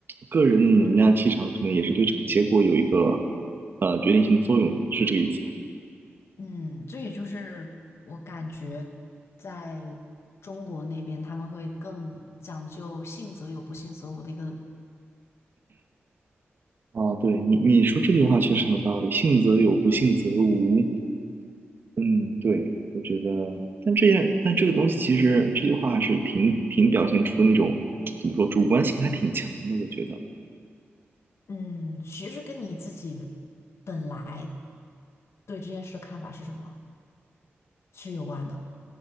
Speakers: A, on the right; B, on the left.
A: 个人的能量气场，可能也是对这个结果有一个呃决定性的作用的，是这个意思吧？
B: 嗯，这也就是我感觉在中国那边他们会更讲究信则有，不信则无的一个，
A: 啊，对你你说这句话确实很有道理，信则有，不信则无。嗯，对，我觉得，但这样，但这个东西其实这句话还是挺挺表现出那种怎么说，主观性还挺强的，我觉得。
B: 嗯，其实跟你自己本来对这件事的看法是什么是有关的。